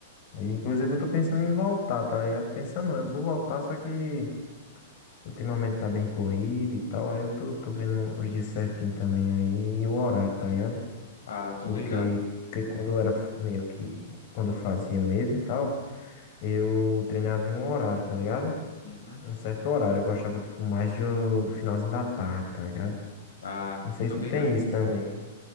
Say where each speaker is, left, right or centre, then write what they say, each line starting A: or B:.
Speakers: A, on the left; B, on the left.
A: E, inclusive, eu tô pensando em voltar, tá ligado? Pensando, não, eu vou voltar, só que ultimamente tá bem corrido e tal. Aí eu tô, tô vendo os dias certinho também aí e o horário, tá ligado?
B: Ah, tô
A: Porque,
B: ligado.
A: porque quando eu era f- meio que. Quando eu fazia mesmo e tal, eu treinava em um horário, tá ligado?
B: Uhum.
A: Um certo horário. Eu gostava, tipo, mais do, do finalzinho da tarde, tá ligado?
B: Ah,
A: Não sei
B: tô
A: se tu
B: ligado.
A: tem isso também.